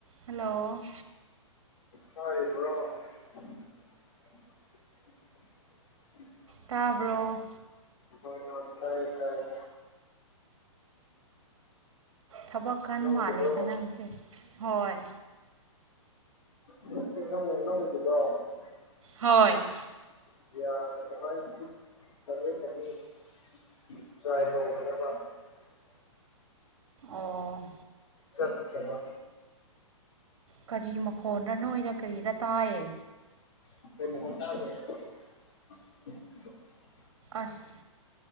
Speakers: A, on the right (about 65°); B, on the left (about 65°).
A: <inaudible> hello
B: ꯇꯥꯔꯤꯕ꯭ꯔꯣ <unintelligible> <inaudible>
A: ꯇꯥꯕ꯭ꯔꯣ
B: ꯍꯣꯏ ꯍꯣꯏ ꯇꯥꯏꯌꯦ ꯇꯥꯏꯌꯦ
A: ꯊꯕꯛꯀꯟ
B: ꯅꯪꯒꯤꯗꯣ
A: ꯃꯥꯜꯂꯦꯗ ꯅꯪꯒꯤꯁꯦ ꯍꯣꯏ
B: <unintelligible>
A: ꯍꯣꯏ
B: <inaudible> <unintelligible> <inaudible>
A: ꯑꯣ
B: ꯆꯠ ꯇꯕ
A: ꯀꯔꯤ ꯃꯈꯣꯟꯔ ꯅꯣꯏꯔ ꯀꯔꯤꯔ ꯇꯥꯏꯌꯦ
B: <unintelligible> <inaudible>
A: ꯑꯁ